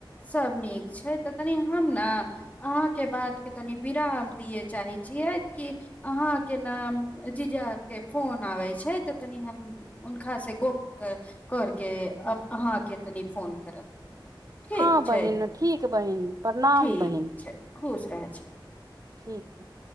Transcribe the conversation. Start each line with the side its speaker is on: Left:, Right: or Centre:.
Left: सभ नीक छै तऽ तनी हम ने अहाँके बातके तनि विराम दिै चाहै छियै कि अहाँके नाम जीजा के फोन आबैत छै तऽ तनि हम हुनकास से गप करके अहाँके तनी फोन करब ठीक
Right: हँ
Left: छै
Right: बहिन ठीक बहिन प्रणाम
Left: ठीक
Right: बहिन
Left: छै खुश रह <unintelligible>
Right: ठीक छै